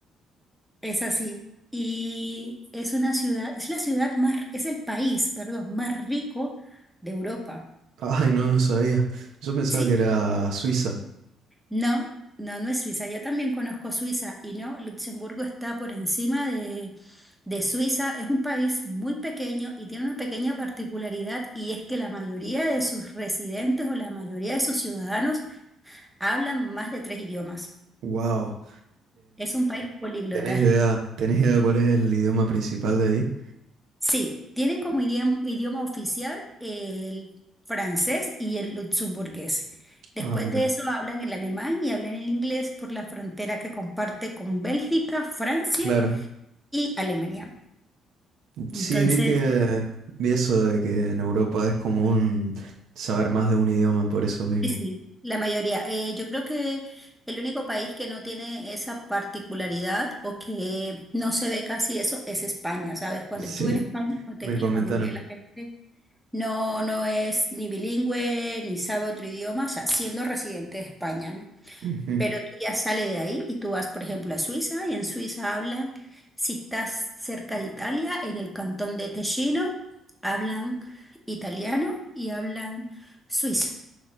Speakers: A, in the centre; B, on the right.
A: Es así. Y es una ciudad, es la ciudad más, es el país, perdón, más rico de Europa.
B: <laughs> Ay, no, no sabía. Yo pensaba
A: ¿sí?
B: que era Suiza.
A: No, no, no es Suiza. Yo también conozco Suiza y no, Luxemburgo está por encima de, de Suiza. Es un país muy pequeño y tiene una pequeña particularidad y es que la mayoría de sus residentes o la mayoría de sus ciudadanos hablan más de tres idiomas.
B: Wow.
A: Es un país políglota.
B: ¿Tenés idea, tenés idea de cuál es el idioma principal de ahí?
A: Sí, tienen como idioma, idioma oficial el francés y el luxemburgués. Después
B: Ah, mira.
A: de eso hablan el alemán y hablan el inglés por la frontera que comparte con Bélgica, Francia
B: Claro.
A: y Alemania. Entonces,
B: Sí, vi que vi eso de que en Europa es común saber más de un idioma por eso mismo.
A: sí, sí, la mayoría. Eh, yo creo que el único país que no tiene esa particularidad o que no se ve casi eso es España, ¿sabes? Cuando
B: Sí,
A: estuve en España noté
B: me
A: que
B: comentaron.
A: la mayoría de la gente no, no es ni bilingüe ni sabe otro idioma, o sea, siendo residente de España, ¿no?
B: Ujú.
A: Pero tú ya sales de ahí y tú vas, por ejemplo, a Suiza y en Suiza hablan, si estás cerca de Italia, en el cantón de Ticino, hablan italiano y hablan suizo